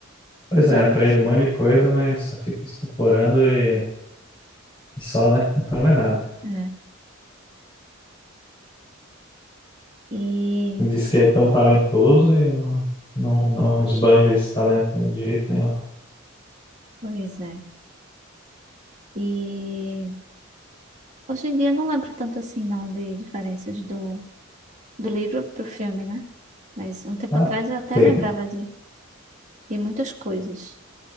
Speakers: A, on the left; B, on the right.
A: Pois
B: usava.
A: é, aprende um monte de coisa, mas só fica estuporando e, e só, né? Não faz mais nada.
B: É. E
A: Diz que é tão talentoso e não, não, não esbanja esse talento de jeito nenhum.
B: Pois é. E hoje em dia eu não lembro tanto assim, não, de diferenças do, do livro pro filme, né? Mas um tempo
A: Ah,
B: atrás eu até
A: tem,
B: lembrava de, de muitas coisas.